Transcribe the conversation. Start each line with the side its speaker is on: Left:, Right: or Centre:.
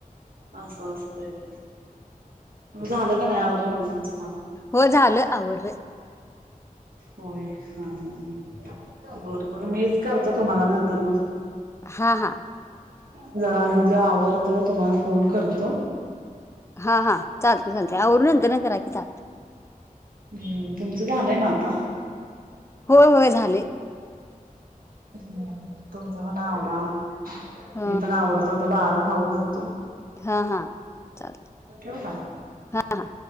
Right: अस बर झालं का नाही आवरलं तुच
Left: हो झालं आवरल
Right: होय हा हा हा मग मीच करतो तुम्हाला नंतर
Left: हा हा,
Right: ज <unintelligible> <unintelligible> फोन करतो
Left: हा हा चालते चालते आवरून नंतर न करा की चालत
Right: हम् तुमचं झालंय ना आता
Left: होय होय झाले,
Right: हम् तुमच पण आवरा
Left: ह,
Right: मी पण आवरतो आता पसारा खाऊ घालतो
Left: हा हा चाल
Right: ठेवू का?
Left: हा हा